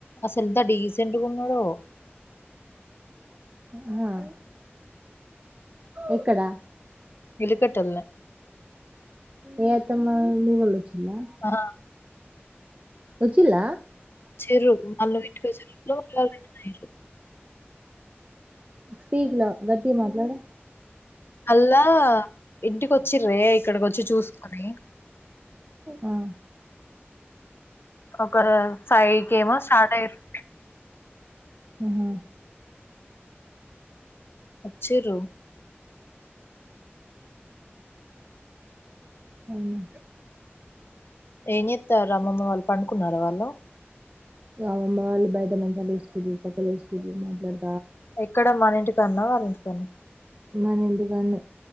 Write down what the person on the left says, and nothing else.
అసలేంతా డీసెట్గున్నాడో
ఇలుకట్టల్నే
ఆ
వచ్చిర్రు వాళ్ళు ఇంటికి వచ్చే లోపల వాళ్ళు రిటర్న్ అయ్యిర్రు
అల్లా ఇంటి కో చ్చిర్రే ఇక్కడికోచ్చి చూసుకొని
ఒక ఫైకేమో స్టార్ట్ అయిర్రు
చిర్రు
ఏం చేత్తారు అమ్మమ్మ వాళ్ళు పండుకున్నారా వాళ్ళు
ఎక్కడ మన ఇంటికన్నా వాళ్ళ ఇంటికన్నా